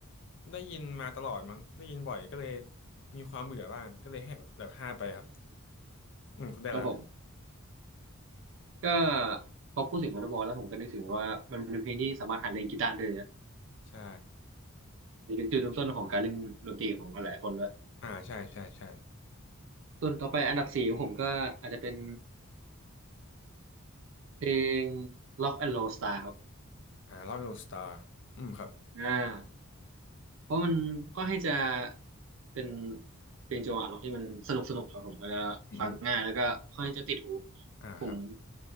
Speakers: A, on the left (about 55°); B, on the right (about 60°).
A: ได้ยินมาตลอดมั้งได้ยินบ่อยก็เลยมีความเบื่อบ้างก็เลยให้แบบห้าไปครับ
B: อืม
A: อืมคุณได้ละ
B: ครับผม ก็พอพูดถึงวอลเลย์บอลแล้วผมก็นึกถึงว่ามันเป็นเพลงที่สามารถหัดเล่นกีตาร์ได้เลยนะ
A: ใช่
B: นี่เป็นจุดเริ่มต้นของการเล่นดนตรีของหลายๆคนด้วย
A: อ่าใช่ ใช่ ใช่
B: ส่วนต่อไปอันดับสี่ของผมก็อาจจะเป็นเพลง Rock and Roll Star ครับ
A: อ่าลองดูสตาร์อืมครับ
B: อ่าเพราะมันก็ให้จะเป็นเพลงจังหวะร็อกที่มันสนุกสนุกครับผมแล้วก็ฟังง่ายแล้วก็ค่อนข้างจะติดหู
A: อืมอมอ่าครับ
B: ผม